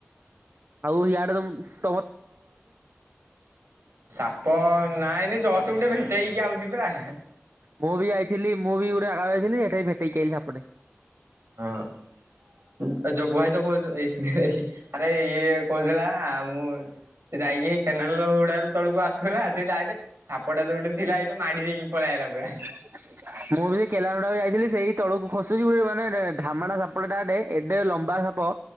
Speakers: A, on the right; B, on the right.
A: ଆଉ ଇଆଡେ ତ
B: ସାପ ନାଇଁ ନାଇଁ ଜଷ୍ଟ୍ ଗୋଟେ ଭେ ଟେଇକି ଆଉଚି ପୁରା
A: ମୁଁ ବି ଯାଇଥିଲି ମୁଁ ବି ଗୋଟେ ଜାଗାକୁ ଯାଇଥିଲି ହେଟେଇ ଭେଟେଇକି ଆଇଲିି ସେପଟେ।
B: ହଁ ଜଗୁ ଭାଇ ଦବ <unintelligible> ଆରେ ଇଏ କହୁଥିଲା ମୁଁ ସେ ଯାଇକି ହେଇ କେନାଲ ହୁଡାରୁ ତଳକୁ ଆସୁଥୁଲା ସେ ଡାଇରେଟେ ସାପଟା ଯୋଉଠି ଥିଲା ହେଇଠି ମାଡି ଦେଇକି ପଳେଆଇଲା ପୁରା।
A: <inaudible> ମୁଁ ବି ସେଇ କେନାଲ ହୁଡାକୁ ଯାଇଥିଲି ସେଇ ତଳକୁ ଖସୁଛି ଗୋଟେ ମାନେ ଢାମାଣା ସାପଟା ଗୋଟେ ଏଡେ ଲମ୍ବା ସାପ